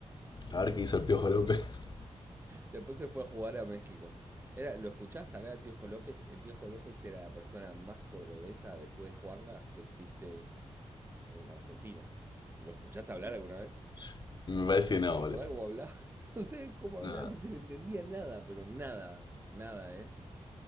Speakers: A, on the left; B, on the right.
A: A ver qué hizo el Piojo López.
B: Después se fue a jugar a México. Era, ¿lo escuchás hablar del Piojo López? El Piojo López era la persona más cordobesa después de Juanga que existe en Argentina. ¿Lo escuchaste hablar alguna vez?
A: <laughs> Me parece que no,
B: ¿Te
A: boludo.
B: acordás cómo hablaba? <laughs> No sé cómo hablar,
A: No,
B: no se le entendía nada, pero nada, nada, ¿eh?